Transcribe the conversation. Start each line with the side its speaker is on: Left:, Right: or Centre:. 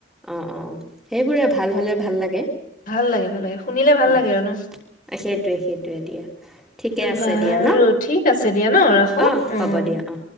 Centre: অ অ সেইবোৰে ভাল হ'লে ভাল লাগে
Left: ভাল লাগে ভাল লাগে শুনিলে ভাল
Centre: অ',
Left: লাগে আৰু ন
Centre: সেইটোৱে সেইটোৱে দিয়া। ঠিকে আছে
Left: বাৰু
Centre: দিয়া ন'
Left: ঠিক আছে দিয়া ন খো
Centre: অ', হ'ব
Left: উম
Centre: দিয়া অ'।